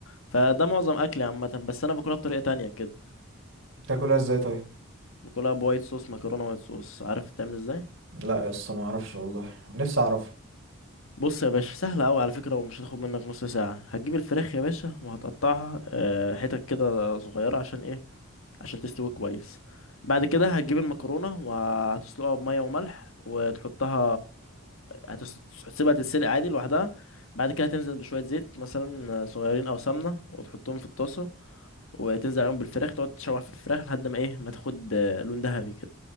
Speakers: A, on the left; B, on the right.
A: فده معظم اكلي عامه بس انا باكلها بطريقه تانية كده
B: بتاكلها ازاي طيب
A: باكلها بوايت صوص مكرونه وايت صوص عارف بتعمل ازاي
B: لا يا اسطى ما اعرفش والله نفسي اعرفها
A: بص يا باشا سهله قوي على فكره ومش هتاخد منك نص ساعه هتجيب الفراخ يا باشا وهتقطعها آه، حتت كده صغيره عشان ايه عشان تستوي كويس بعد كده هتجيب المكرونه وهتسلقها بميه وملح وتحطها هتس- هتسيبها تتسلق عادي لوحدها بعد كده تنزل بشوية زيت مثلا آه، صغيرين أو سمنة وتحطهم في الطاسة وتنزل عليهم بالفراخ تقعد تشوح في الفراخ لحد ما ايه ما تاخد آه، لون ذهبي كده